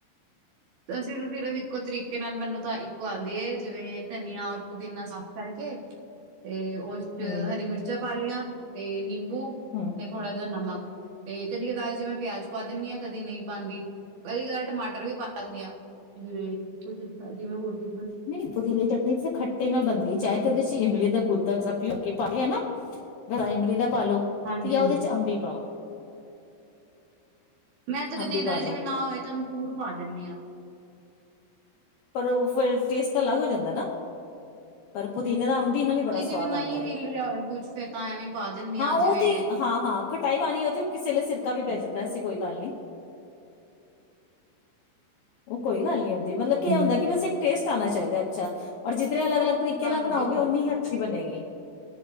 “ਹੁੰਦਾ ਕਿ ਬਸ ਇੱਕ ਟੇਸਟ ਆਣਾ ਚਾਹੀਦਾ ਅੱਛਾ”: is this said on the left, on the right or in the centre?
Left